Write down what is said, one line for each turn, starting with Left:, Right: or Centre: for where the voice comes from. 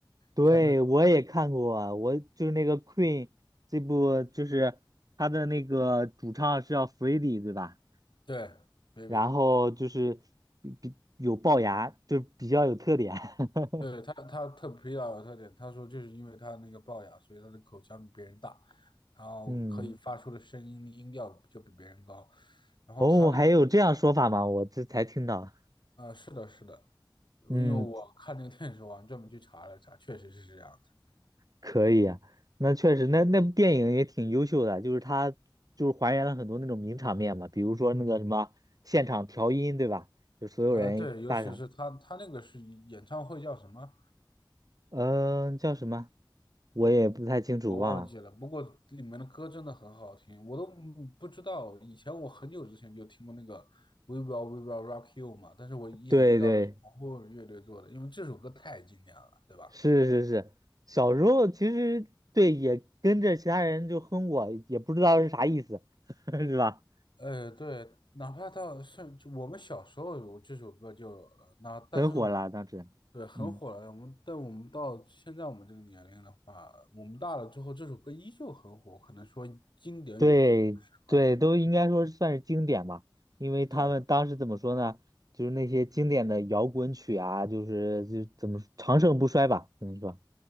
Right: 对，
Left: 像那
Right: 我也看过啊，我就是那个 Queen 这部，就是他的那个主唱是叫 Freddie 对吧？
Left: 对 Baby。
Right: 然后就是比比有龅牙，就比较有特点。<laughs>
Left: 对他，他特皮老有特点，他说就是因为他那个龅牙，所以他的口腔比别人大，然后可以发出的声音音调就比别人高。
Right: 嗯，
Left: 然后他的
Right: 哦，还有这样说法吗？我这才听到。
Left: 呃，是的，是的，因为我看那个电视，
Right: 嗯，
Left: 我还专门去查了查，确实是这样的。
Right: 可以啊，那确实，那那部电影也挺优秀的，就是它就是还原了很多那种名场面嘛，比如说那个什么现场调音，对吧？就所有人大场，
Left: 呃，对，尤其是他，他那个是演唱会叫什么？
Right: 嗯、叫什么？我也不太清楚，
Left: 我忘记了，
Right: 忘了。
Left: 不过里面的歌真的很好听，我都嗯不知道。以前我很久之前就听过那个《We Will We Will Rock You》嘛，但是我一直不知道是皇后乐队做的，
Right: 对对，
Left: 因为这首歌太经典了，对吧？
Right: 是是是，小时候其实对也跟着其他人就哼过，也不知道是啥意思，<laughs> 是吧？
Left: 呃，对，哪怕到甚至我们小时候有这首歌就呃那，但是我们
Right: 很火了当时，
Left: 对很火了。
Right: 嗯。
Left: 我们但我们到现在我们这个年龄的话，我们大了之后，这首歌依旧很火，可能说经典永不过时吧。
Right: 对对，都应该说算是经典吧，因为他们当时怎么说呢？
Left: 对啊，
Right: 就是那些经典的摇滚曲啊，就是就怎么说长盛不衰吧，怎么说？